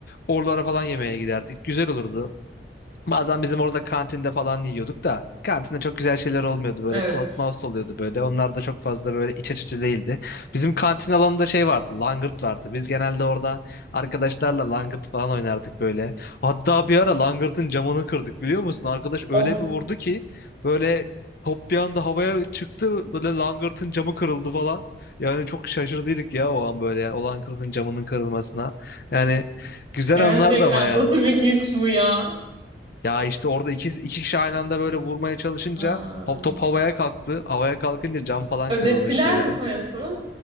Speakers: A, on the left; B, on the right.
A: Oralara falan yemeğe giderdik. Güzel olurdu. Bazen bizim orada kantinde falan yiyorduk da kantinde çok güzel şeyler olmuyordu böyle
B: evet.
A: tost mouse oluyordu böyle onlar da çok fazla böyle iç açıcı değildi. Bizim kantin alanında şey vardı langırt vardı biz genelde orada arkadaşlarla langırt falan oynardık böyle. Hatta bir ara langırtın camını kırdık biliyor musun arkadaş öyle
B: Of,
A: bir vurdu ki böyle top bir anda havaya çıktı böyle langırtın camı kırıldı falan. Yani çok şaşırdıydık ya o an böyle yani o langırtın camının kırılmasına. Yani güzel
B: gerçekten
A: anlardı ama yani.
B: nasıl bir güç bu ya?
A: Ya işte orada iki, iki kişi aynı anda böyle vurmaya çalışınca
B: Ha.
A: hop, top havaya kalktı. Havaya kalkınca cam falan
B: Ödettiler
A: kırılmıştı böyle.
B: mi parasını?